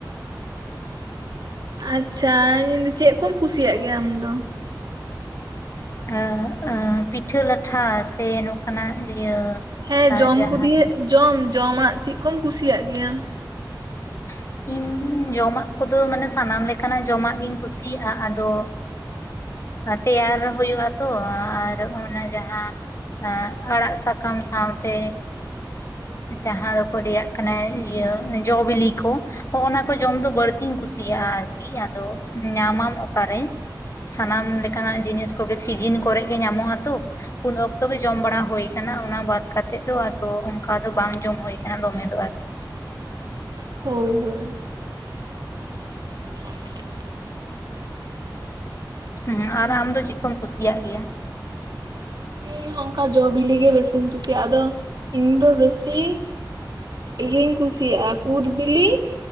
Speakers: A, on the right; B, on the left.
A: ᱟᱪᱪᱷᱟ, ᱤᱧ ᱫᱚ ᱪᱮᱫ ᱠᱚᱢ ᱠᱩᱥᱤᱭᱟᱜ ᱜᱮᱭᱟ ᱟᱢᱫᱚ?
B: ᱟᱹ ᱟᱹ ᱯᱤᱴᱷᱟᱹ ᱞᱟᱴᱷᱟ ᱥᱮ ᱱᱚᱝᱠᱟᱱᱟᱜ ᱤᱭᱟᱹ
A: ᱦᱮᱸ
B: ᱟᱨ
A: ᱡᱚᱢ
B: ᱡᱟᱦᱟᱸ
A: ᱠᱚ ᱫᱤᱭᱮ ᱡᱚᱢ ᱡᱚᱢᱟᱜ ᱪᱮᱫ ᱠᱚᱢ ᱠᱩᱥᱤᱭᱟᱜ ᱜᱮᱭᱟ?
B: <inaudible> ᱤᱧ ᱡᱚᱢᱟᱜ ᱠᱚᱫᱚ ᱢᱟᱱᱮ ᱥᱟᱱᱟᱢ ᱞᱮᱠᱟᱱᱟᱜ ᱡᱚᱢᱟᱜ ᱜᱤᱧ ᱠᱩᱥᱤᱭᱟᱜᱼᱟ᱾ ᱟᱫᱚ ᱛᱮᱭᱟᱨ ᱦᱩᱭᱩᱜᱼᱟ ᱛᱚ, ᱟᱨ ᱚᱱᱟ ᱡᱟᱦᱟᱸ ᱟᱹ ᱟᱲᱟᱜ ᱥᱟᱠᱟᱢ ᱥᱟᱶᱛᱮ ᱡᱟᱦᱟᱸ ᱫᱚᱠᱚ ᱞᱟᱹᱭᱟᱜ ᱠᱟᱱᱟ ᱤᱭᱟᱹ ᱡᱚ ᱵᱤᱞᱤ ᱠᱚ ᱦᱚᱜ ᱚᱱᱟ ᱠᱚ ᱡᱚᱢ ᱫᱚ ᱵᱟᱹᱲᱛᱤᱧ ᱠᱩᱥᱤᱭᱟᱜᱼᱟ, ᱟᱨᱠᱤ ᱟᱫᱚ ᱧᱟᱢᱟᱢ ᱚᱠᱟᱨᱮ? ᱥᱟᱱᱟᱢ ᱞᱮᱠᱟᱱᱟᱜ ᱡᱤᱱᱤᱥ ᱠᱚᱜᱮ ᱥᱤᱡᱤᱱ ᱠᱚᱨᱮᱜ ᱜᱮ ᱧᱟᱢᱚᱜ ᱟᱛᱚ᱾ ᱩᱱ ᱚᱠᱛᱚ ᱜᱮ ᱡᱚᱢ ᱵᱟᱲᱟ ᱦᱩᱭ ᱟᱠᱟᱱᱟ ᱚᱱᱟ ᱵᱟᱫᱽ ᱠᱟᱛᱮᱜ ᱫᱚ ᱟᱫᱚ ᱚᱱᱠᱟ ᱫᱚ ᱵᱟᱝ ᱡᱚᱢ ᱦᱩᱭ ᱟᱠᱟᱱᱟ ᱫᱚᱢᱮ ᱫᱚ ᱟᱨᱠᱤ᱾
A: ᱦᱳᱭ ᱦᱳᱭ᱾ <inaudible>
B: ᱦᱮᱸ, ᱟᱨ
A: ᱤᱧ
B: ᱟᱢ ᱫᱚ ᱪᱮᱫ ᱠᱚᱢ ᱠᱩᱥᱤᱭᱟᱜ ᱜᱮᱭᱟ?
A: ᱤᱧ ᱦᱚᱸ ᱚᱱᱠᱟ ᱡᱚ ᱵᱤᱞᱤ ᱜᱮ ᱵᱮᱥᱤᱧ ᱠᱩᱥᱤᱭᱟᱜᱼᱟ᱾ ᱟᱫᱚ ᱤᱧ ᱫᱚ ᱵᱮᱥᱤ ᱤᱭᱟᱹᱧ ᱠᱩᱥᱤᱭᱟᱜᱼᱟ ᱠᱩᱫᱽ ᱵᱤᱞᱤ,